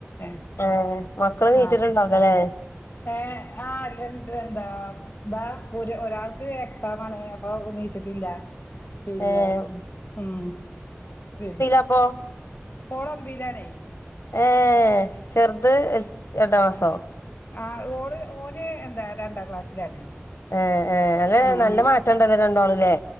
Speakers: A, on the left; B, on the left.
A: ഏഹ്
B: ആഹ് മക്കള് എനീച്ചിട്ടുണ്ടാർന്നല്ലേ.
A: ആഹ് അപ്പൊ ഏഹ് ആഹ് രണ്ട് രണ്ടാ. ദാ ഒരു ഒരാൾക്ക് എക്സാമാണ്. അപ്പൊ എണീച്ചിട്ടില്ല. പിന്നെ
B: ഏഹ്
A: ഉം പി
B: അപ്പോ
A: ഓള് ഒമ്പീയിലാണെ.
B: ഏഹ് ചെറുത് രണ്ടാം ക്ലാസോ?
A: ആഹ് ഓള് ഓന് എന്താ രണ്ടാം ക്ലാസ്സിലാണ്.
B: ഏഹ് ഏഹ് അല്ല
A: ഉം
B: നല്ല
A: ഉം
B: മാറ്റണ്ടല്ലോ രണ്ടാളുംല്ലേ